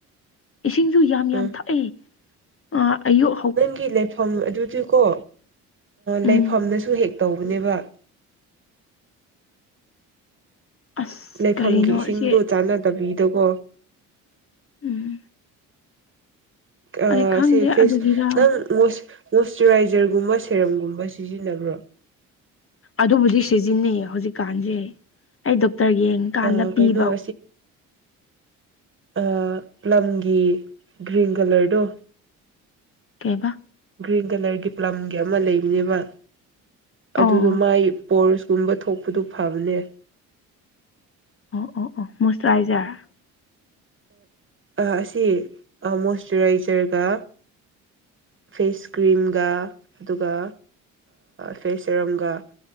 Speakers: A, on the left; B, on the right.
A: ꯏꯁꯤꯡꯁꯨ ꯌꯥꯝ ꯌꯥꯝ
B: ꯎꯝ
A: ꯊꯛꯏ ꯑ ꯑꯌꯨ
B: ꯅꯪꯒꯤ ꯂꯩꯐꯝ ꯑꯗꯨꯗꯤꯀꯣ ꯂꯩꯐꯝꯅꯁꯨ
A: ꯎꯝ
B: ꯍꯦꯛ ꯇꯧꯕꯅꯦꯕ
A: ꯑꯁ
B: ꯂꯩꯐꯝꯒꯤ
A: ꯀꯔꯤꯅꯣ
B: ꯏꯁꯤꯡꯗꯣ
A: ꯑꯁꯤ
B: ꯆꯥꯟꯅꯗꯕꯤꯗꯀꯣ
A: ꯎꯝ
B: ꯑ
A: ꯑꯩ ꯈꯪꯗꯦ
B: ꯁꯤ ꯐꯦꯁ
A: ꯑꯗꯨꯒꯤꯔ
B: ꯅꯪ ꯃꯣꯏꯆꯔꯥꯏꯖꯔꯒꯨꯝꯕ ꯁꯦꯔꯝꯒꯨꯝꯕ ꯁꯤꯖꯤꯟꯅꯕ꯭ꯔꯣ
A: ꯑꯗꯨꯕꯨꯗꯤ ꯁꯤꯖꯤꯟꯅꯩ ꯍꯧꯖꯤꯛꯀꯥꯟꯁꯦ ꯑꯩ ꯗꯣꯛꯇꯔ ꯌꯦꯡꯀꯥꯟꯗ
B: ꯑ
A: ꯄꯤꯕ
B: ꯀꯩꯅꯣ ꯑꯥ ꯄꯂꯝꯒꯤ ꯒ꯭ꯔꯤꯟ ꯀꯂꯔꯗꯣ
A: ꯀꯩꯕꯥ
B: ꯒ꯭ꯔꯤꯟ ꯀꯂꯔꯒꯤ ꯄꯂꯝꯒꯤ ꯑꯃ ꯂꯩꯕꯅꯦꯕ ꯑꯗꯨꯗꯣ
A: ꯑꯣ
B: ꯃꯥꯏ ꯄꯣꯔꯁ ꯇꯨꯝꯕ ꯊꯣꯛꯄꯗꯨ ꯐꯕꯅꯦ
A: ꯑꯣ ꯑꯣ ꯑꯣ ꯃꯣꯏꯁꯔꯥꯏꯖꯔ
B: ꯑꯁꯤ ꯃꯣꯏꯆꯔꯥꯏꯖꯔꯒ ꯐꯦꯁ ꯀ꯭ꯔꯤꯝꯒ ꯑꯗꯨꯒ ꯐꯦꯁ ꯁꯦꯔꯝꯒ